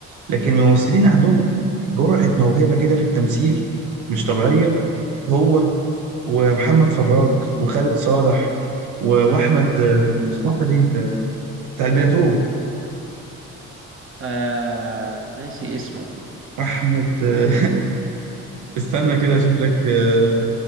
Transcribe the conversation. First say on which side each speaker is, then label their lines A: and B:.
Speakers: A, on the right; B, on the right.
A: لكن الممثلين عندهم جرعه موهبه كده في التمثيل مش طبيعيه هو ومحمد فراج وخالد صالح و- واحمد آه، اسمه احمد ايه ال- بتاع البلاتو
B: آه ناسي اسمه
A: احمد آه، <laughs> استنى كده اشوف لك آه،